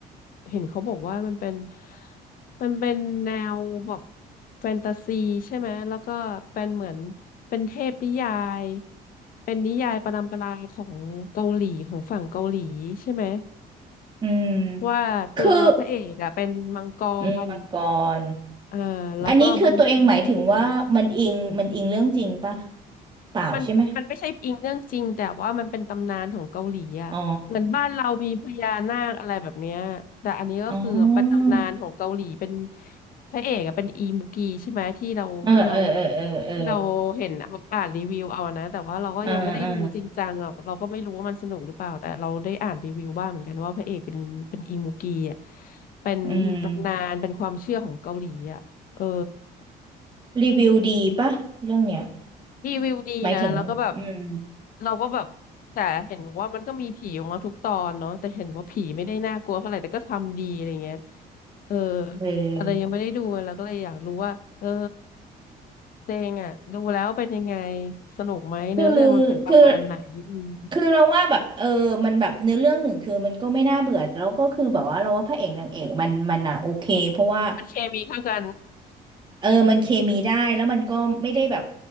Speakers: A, on the left; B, on the right.
A: เห็นเขาบอกว่ามันเป็นมันเป็นแนวแบบแฟนตาซีใช่ไหมแล้วก็เป็นเหมือนเป็นเทพนิยายเป็นนิยายประดัมปราของเกาหลีของฝั่งเกาหลีใช่ไหม
B: อืม
A: ว่าตัวพระเอกอะเป็นมังกร
B: คืออืมมังกร
A: เออแล้วก็บำเพ็ญเพียร
B: อันนี้คือตัวเองหมายถึงว่ามันอิงมันอิงเรื่องจริงป่ะเปล่าใช่ไหม
A: มันมันไม่ใช่อิงเรื่องจริงแต่ว่ามันเป็นตำนานของเกาหลีอ่ะเหมือนบ้านเรามีพญานาคอะไรแบบเนี้ยแต่อันนี้ก็คือเป็นตำนานของเกาหลีเป็น
B: อ๋ออ๋อ
A: พระเอกอะเป็นอีมุกีใช่ไหมที่เราที่เรา
B: เออเออเออเออเออ
A: ที่เราเห็นเอาอ่านรีวิวเอานะแต่ว่าเราก็ยังไม่ได้ดูจริงจังอ่ะเราก็ไม่รู้ว่ามันสนุกหรือเปล่าแต่เราได้อ่านรีวิวบ้างเหมือนกันว่าพระเอกเป็นเป็นอีมุกีอ่ะ
B: อ่าอ่า
A: เป็นตำนานเป็นความเชื่อของเกาหลีอ่ะเออ
B: อืมรีวิวดีป่ะเรื่องเนี้ย
A: รีวิวดีนะแล้วก็แบบ
B: หมายถึงอืม
A: เราก็แบบแต่เห็นบอกว่ามันก็มีผีออกมาทุกตอนเนาะแต่เห็นว่าผีไม่ได้น่ากลัวเท่าไหร่แต่ก็ทำดีอะไรเงี้ยเออ
B: เออ
A: แต่เรายังไม่ได้ดูแล้วก็เลยอยากรู้ว่าเออเจงอ่ะดูแล้วเป็นยังไงสนุกไหมเนื้อเรื่องมันเป็นประมาณไหนอืม
B: คือคือคือเราว่าแบบเออมันแบบเนื้อเรื่องหนึ่งคือมันก็ไม่น่าเบื่อแล้วก็คือแบบว่าเราว่าพระเอกนางเอกมันมันอ่ะโอเคเพราะว่า
A: มันเคมีเข้ากัน
B: เออมันเคมีได้แล้วมันก็ไม่ได้แบบ